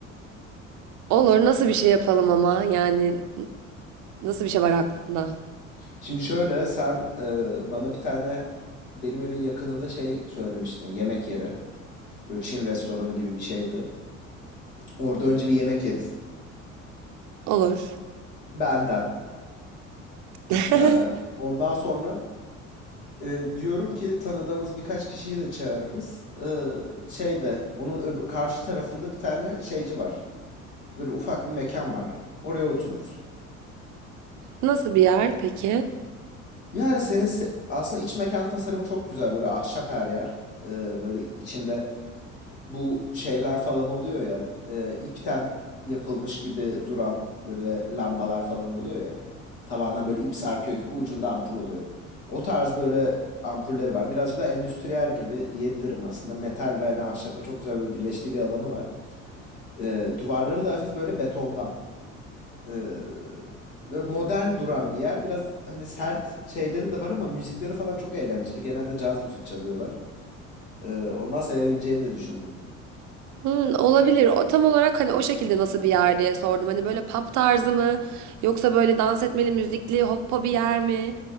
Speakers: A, on the right; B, on the left.
A: Olur nasıl bir şey yapalım ama yani n- nasıl bir şey var aklında?
B: Şimdi şöyle sen e, bana bir tane benim evin yakınında şey söylemiştin yemek yeri. Böyle Çin restoranı gibi bir şeydi. Orada önce bir yemek yeriz.
A: Olur.
B: Benden.
A: <laughs>
B: E, ondan sonra e, diyorum ki tanıdığımız birkaç kişiyi de çağırırız. E, şeyde onun öbür- karşı tarafında bir tane şeyci var. Böyle ufak bir mekan var. Oraya otururuz.
A: Nasıl bir yer peki?
B: Yani senin se- aslında iç mekan tasarımı çok güzel. Böyle ahşap her yer. E, böyle içinde Bu şeyler falan oluyor ya. e, ipten yapılmış gibi duran böyle lambalar falan oluyor ya. Tavandan böyle ip sarkıyor gibi ucunda ampul oluyor. O tarz böyle ampulleri var. Birazcık da endüstriyel gibi diyebilirim aslında. Metal ve yani ahşabın çok güzel böyle birleştiği bir alanı var. E, duvarları da hafif böyle betondan. E, Böyle modern duran bir yer. Biraz hani sert şeyleri de var ama müzikleri falan çok eğlenceli. Genelde caz müzik çalıyorlar. Ee, ondan sevebileceğini de düşündüm.
A: Hmm, olabilir. O tam olarak hani o şekilde nasıl bir yer diye sordum. Hani böyle pub tarzı mı yoksa böyle dans etmeli, müzikli, hoppa bir yer mi?